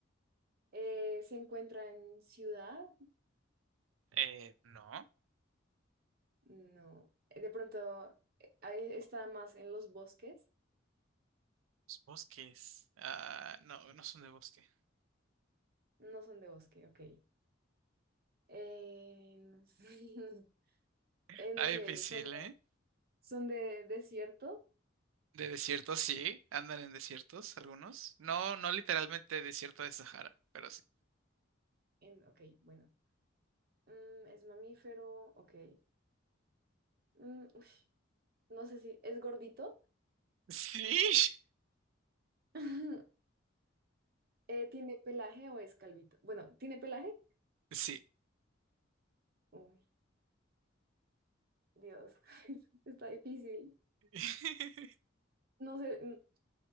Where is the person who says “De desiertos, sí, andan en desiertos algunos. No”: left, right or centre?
Right